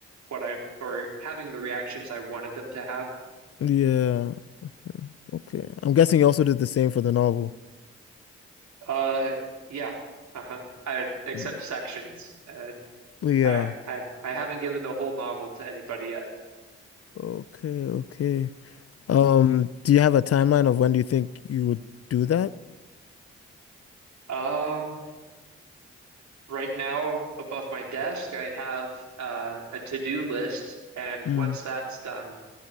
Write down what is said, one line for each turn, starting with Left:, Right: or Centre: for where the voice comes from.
Right: what I or having the reactions I wanted them to have.
Left: yeah, okay. I'm guessing you also did the same for the novel.
Right: Uh, yeah, uh-huh. I accept
Left: Mm.
Right: sections. Uh,
Left: Yeah,
Right: I I I haven't given the whole novel to anybody yet.
Left: okay, okay. Um, do you have a timeline of when do you think you would do that?
Right: Um, right now above my desk, I have uh, a to-do list, and
Left: Mm.
Right: once that's done,